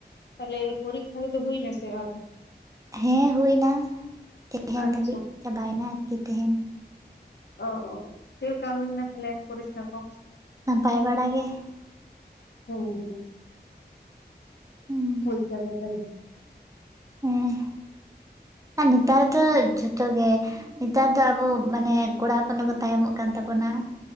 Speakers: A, on the left (about 80°); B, on the right (about 20°).
A: ᱛᱟᱞᱦᱮ ᱯᱚᱨᱤᱠᱠᱷᱟ ᱠᱚᱫᱚ ᱦᱩᱭᱱᱟ ᱥᱮ ᱟᱹᱣᱨᱤ?
B: ᱦᱮᱸ, ᱦᱩᱭᱱᱟ ᱾ ᱛᱮᱦᱮᱱ
A: ᱟᱪᱪᱷᱟ
B: ᱫᱷᱟᱹᱵᱤᱡ ᱪᱟᱵᱟᱭᱮᱱᱟ ᱟᱨᱠᱤ ᱛᱮᱦᱮᱧ ᱾
A: ᱚ ᱚ ᱪᱮᱫᱞᱮᱠᱟ ᱦᱩᱭᱱᱟ ᱛᱟᱦᱚᱞᱮ ᱯᱚᱨᱤᱥᱠᱷᱟ ᱠᱚ?
B: ᱱᱟᱯᱟᱭ ᱵᱟᱲᱟ ᱜᱮ ᱾
A: ᱦᱩᱸ, ᱦᱩᱸ ᱾
B: ᱦᱮᱸ
A: ᱦ <unintelligible> <unintelligible>
B: ᱩᱸᱦ ᱟᱨ ᱱᱮᱛᱟᱨ ᱫᱚ ᱡᱷᱚᱛᱚ ᱜᱮ ᱾ ᱱᱮᱛᱟᱨ ᱫᱚ ᱟᱵᱚ ᱢᱟᱱᱮ ᱠᱚᱲᱟ ᱦᱚᱯᱚᱱ ᱫᱚᱠᱚ ᱛᱟᱭᱚᱢᱚᱜ ᱠᱟᱱ ᱛᱟᱵᱚᱱᱟ ᱾